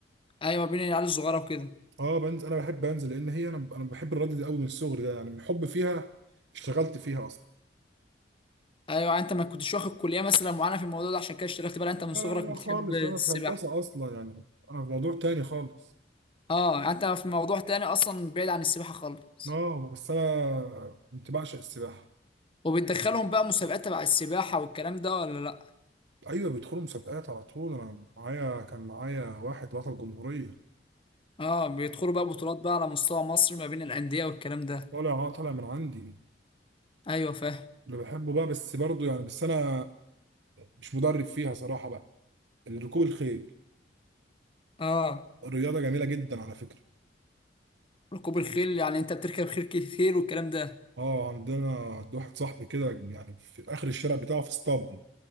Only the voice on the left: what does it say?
أيوة بين العيال الصغيرة وكده
أيوة يعني أنت ما كنتش واخد كلية مثلا معينة في الموضوع ده عشان كده اشتغلت بقى أنت من
صغرك
بتحب
السباحة
آه يعني أنت في موضوع تاني أصلا بعيد عن السباحة خالص
وبتدخلهم بقى مسابقات تبع السباحة والكلام ده ولا لأ؟
اه بيدخلوا بقى بطولات بقى على مستوى مصر ما بين الأندية والكلام ده
ايوه فاهم
اه
ركوب الخيل يعني انت بتركب خيل كتير والكلام ده